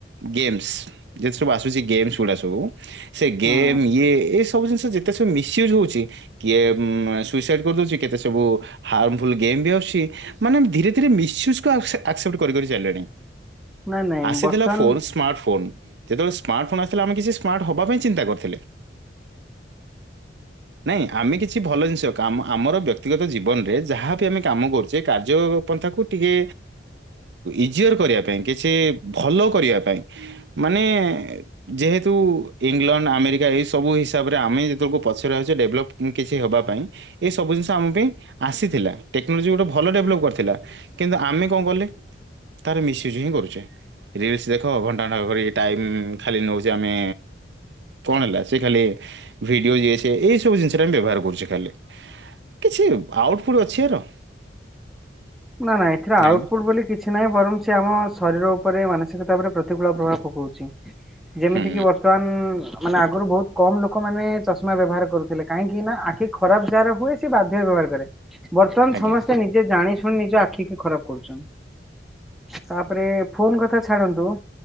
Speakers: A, on the right (about 65°); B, in the centre.
A: ଗେମ୍ସ ଯେତେ ସବୁ ଆସୁଛି ଗେମ୍ସ ଗୁଡ଼ା ସବୁ। ସେ ଗେମ୍
B: ହୁଁ
A: ଇଏ ଏ ସବୁ ଜିନିଷ ଯେତେ ସବୁ ମିସୟୁଜ୍ ହଉଛି। କିଏ ସୁଇସାଇଡ କରିଦଉଛି କେତେ ସବୁ ହାର୍ମଫୁଲ ଗେମ ବି ଆସୁଛି। ମାନେ ଧୀରେ ଧୀରେ ମିସୟୁଜକୁ ଆସେ ଆସେପ୍ଟ କରି କରି ଚାଲିଲେଣି
B: ନାଇଁ ନାଇଁ
A: ଆସିଥିଲା
B: ବର୍ତ୍ତମାନ
A: ଫୋନସ ସ୍ମାର୍ଟ ଫୋନ ଯେତେବେଳେ ସ୍ମାର୍ଟ ଫୋନ ଆସିଥିଲା ଆମେ କିଛି ସ୍ମାର୍ଟ ହବା ପାଇଁ ଚିନ୍ତା କରିଥିଲେ। ନାଇଁ। ଆମେ କିଛି ଭଲ ଜିନିଷ କାମ ଆମର ବ୍ୟକ୍ତିଗତ ଜୀବନରେ ଯାହାବି ଆମେ କାମ କରୁଛେ କାର୍ଯ୍ୟ ପନ୍ଥାକୁ ଟିକେ ଇଜିଅର କରିବା ପାଇଁ କିଛି ଭଲ କରିବା ପାଇଁ। ମାନେ ଯେହେତୁ ଇଂଲଣ୍ଡ ଆମେରିକା ଏଇସବୁ ହିସାବରେ ଆମେ ଯେତେବେଳକୁ ପଛରେ ଅଛେ ଡେଭଲପ୍ କିଛି ହବା ପାଇଁ ଏସବୁ ଜିନିଷ ଆମ ପାଇଁ ଆସିଥିଲା ଟେକ୍ନୋଲୋଜି ଗୋଟେ ଭଲ ଡେଭଲପ୍ କରିଥିଲା। କିନ୍ତୁ ଆମେ କଣ କଲେ ତାର ମିସୟୁଜ୍ ହିଁ କରୁଛେ। ରିଲ୍ସ ଦେଖ ଘଣ୍ଟା ଘଣ୍ଟା କରି ଟାଇମ୍ ଖାଲି ନଉଛେ ଆମେ କଣ ହେଲା ସେ ଖାଲି ଭିଡିଓ ଯିଏ ସେ ଏଇ ସବୁ ଜିନିଷ ସେଟା ଆମେ ବ୍ୟବହାର କରୁଛେ ଖାଲି କିଛି ଆଉଟ୍ପୁଟ୍ ଅଛି ଆର?
B: ନା ନା ଏଥିରେ ଆଉଟପୁଟ୍
A: ନାଇଁ ନା
B: ବୋଲି କିଛି ନାହିଁ ବରଂ ସେ ଆମ ଶରୀର ଉପରେ ମାନସିକତା ଉପରେ ପ୍ରତିକୂଳ ପ୍ରଭାବ ପକଉଛି। ଯେମିତି
A: ହୁଁ
B: କିି ବର୍ତ୍ତମାନ ମାନେ ଆଗରୁ ବହୁତ କମ୍ ଲୋକମାନେ ଚଷମା ବ୍ୟବହାର କରୁଥିଲେ। କାହିଁକି, ନା ଆଖି ଖରାପ ଯାହର ହୁଏ ସେ ବାଧ୍ୟ ହୋଇ ବ୍ୟବହାର କରେ। ବର୍ତ୍ତମାନ
A: ଆଜ୍ଞା
B: ସମସ୍ତେ ନିଜେ ଜାଣି ଶୁଣି ନିଜ ଆଖିକୁ ଖରାପ କରୁଛନ୍ତି। ତାପରେ ଫୋନ କଥା ଛାଡନ୍ତୁ‌।